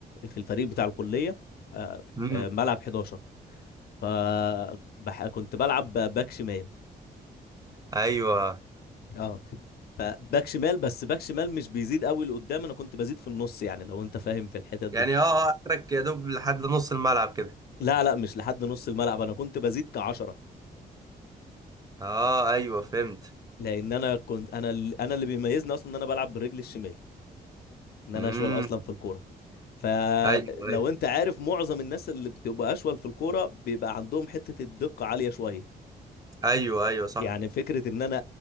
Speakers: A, on the left (about 65°); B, on the right (about 20°).
A: في الفريق بتاع الكليه آه،
B: <laughs> امم
A: في ملعب 11 ف بح- كنت بلعب باك شمال
B: ايوه
A: اه فباك شمال بس باك شمال مش بيزيد قوي لقدام انا كنت بزيد في النص يعني لو انت فاهم في الحتت دي
B: يعني اه اه اخرك يا دوب لحد نص الملعب كده
A: لا لا مش لحد نص الملعب انا كنت بزيد كعشرة
B: اه ايوه فهمت
A: لان انا كنت انا ال- انا اللي بيميزني اصلا ان انا بلعب برجلي الشمال ان انا
B: امم
A: اشول اصلا في الكوره فلو
B: ايوه ايوه
A: انت عارف معظم الناس اللي بتبقى اشول في الكوره بيبقى عندهم حته الدقه عاليه شويه
B: ايوه ايوه صح
A: يعني فكره ان انا